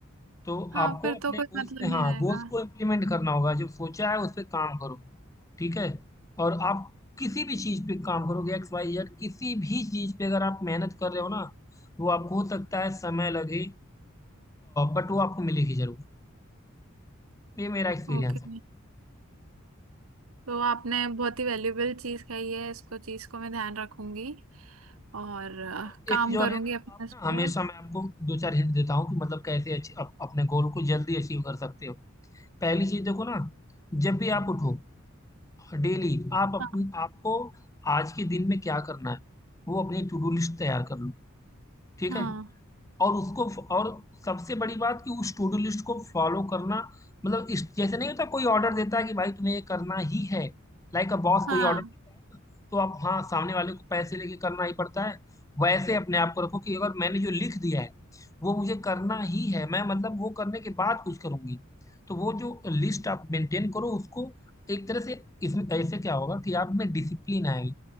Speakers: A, on the left (about 15°); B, on the right (about 80°).
A: तो
B: हाँ
A: आपको
B: फिर
A: अपने
B: तो कोई
A: गोल्स
B: मतलब
A: पे हाँ
B: नहीं रहेगा
A: गोल्स को इम्प्लीमेंट करना होगा जो सोचा है उस पर काम करो ठीक है और आप किसी भी चीज पे काम करोगे एक्स वाई जेड किसी भी चीज पे अगर आप मेहनत कर रहे हो ना वो आपको हो सकता है समय लगे बट वो आपको मिलेगी जरूर ये मेरा एक्सपीरियंस
B: ओके
A: है
B: तो आपने बहुत ही वैल्यूबल चीज कही है इसको चीज को मैं ध्यान रखूंगी और अ,
A: और
B: काम
A: एक चीज
B: करूंगी
A: और है ना
B: अपने
A: आप
B: इस
A: ना
B: पे
A: हमेशा मैं आपको दो चार हिंट देता हूँ कि मतलब कैसे अच्छी- अप, अपने गोल को जल्दी अचीव कर सकते हो पहली चीज देखो ना जब भी आप उठो डेली आप अपन
B: हाँ
A: आपको आज के दिन में क्या करना है वो अपनी टू डू लिस्ट तैयार कर लो ठीक
B: हाँ
A: है और उसको और सबसे बड़ी बात कि उस टू डू लिस्ट को फॉलो करना मतलब इस जैसे नहीं होता कोई ऑर्डर देता है कि भाई तुम्हें ये करना ही है लाइक अ बॉस
B: हाँ
A: कोई ऑर्डर देता है ना, तो आप हाँ सामने वाले को पैसे लेके करना ही पड़ता है वैसे अपने आप को रखो कि अगर मैंने जो लिख दिया है वो मुझे करना ही है मैं मतलब वो करने के बाद कुछ करूंगी तो वो जो लिस्ट आप मेंटेन करो उसको एक तरह से इसमें ऐसे क्या होगा कि आप में डिसिप्लिन आएगी